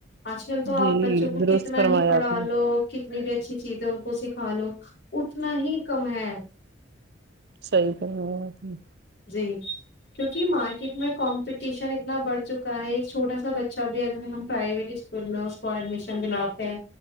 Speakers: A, on the left (about 55°); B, on the right (about 55°).
A: آج کل تو آپ
B: جی
A: بچوں کو
B: درست
A: کتنا
B: فرمایا
A: ہی پڑھا
B: آپ نے
A: لو کی جتنی بھی اچھی چیزیں ان کو سکھا لو اتنا ہی کم ہے
B: صحیح کہا آپ نے
A: جی کیوںکہ مارکیٹ میں کمپٹیشن اتنا بڑ چکا ہے ایک چھوٹا سا بچہ بھی اگر ہم پرائیویٹ اسکول میں اس کو ایڈمیشن دلاتے ہیں